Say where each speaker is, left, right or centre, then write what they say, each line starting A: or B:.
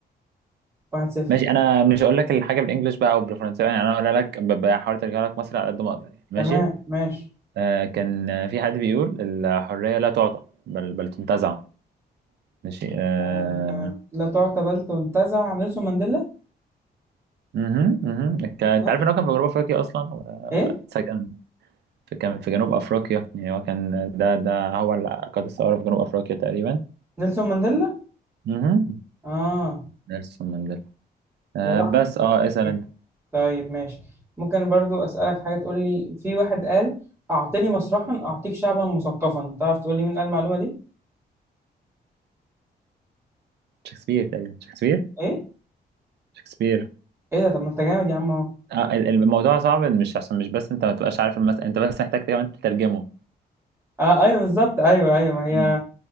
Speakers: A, on the right; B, on the right.
A: واحد صفر
B: ماشي انا مش هقول لك الحاجه بالانجلش بقى او بالفرنسي يعني انا هقول لك ب- بحاول ارجع لك مصر على قد ما اقدر يعني ماشي
A: تمام ماشي
B: آه كان في حد بيقول الحريه لا تعطى بل بل تنتزع ماشي آه
A: آه، لا تعتبلت وانتزع نيلسون مانديلا
B: مهم، مهم. ك- انت
A: اه
B: عارف ان هو كان في جنوب افريقيا اصلا واتسجن
A: ايه
B: في كان في جنوب افريقيا يعني هو كان ده ده هو اللي قاد الثوره في جنوب افريقيا تقريبا
A: نيلسون مانديلا
B: مهم.
A: اه
B: نيلسون مانديلا آه
A: وراح
B: بس اه اسال
A: فين؟
B: انت
A: طيب ماشي ممكن برضو اسالك حاجه تقول لي في واحد قال اعطني مسرحا اعطيك شعبا مثقفا تعرف تقول لي مين قال المعلومه دي
B: شكسبير تقريبا شكسبير
A: ايه
B: شكسبير
A: ايه ده طب ما انت جامد يا عم اهو
B: آه ال- الموضوع صعب مش عشان مش بس انت ما تبقاش عارف المسألة انت بس محتاج كمان تترجمه
A: آه ايوه بالظبط ايوه ايوه ما هي
B: مم.